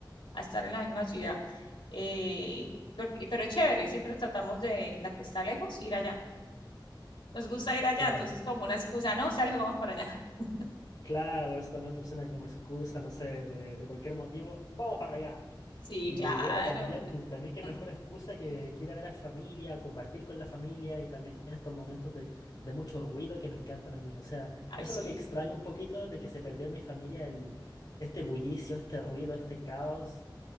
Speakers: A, on the left; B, on the left.
A: a estar en la misma ciudad. Eh, pero, pero es chévere, siempre tratamos de la que está lejos ir allá. nos gusta ir allá,
B: Claro,
A: entonces como una excusa, no, sale, vamos para allá. <laughs>
B: claro, eso también funciona como excusa, no sé, de, de cualquier motivo. ¡Vamos para allá!
A: Sí,
B: Y
A: claro.
B: bueno, también, también qué
A: Mm,
B: mejor excusa que, que ir a ver a familia, compartir con la familia y también estos momentos de, de mucho ruido que me encantan a mí. O sea,
A: Ay,
B: eso
A: sí.
B: es lo que extraño un poquito de que se perdió en mi familia el, este bullicio, este ruido, este caos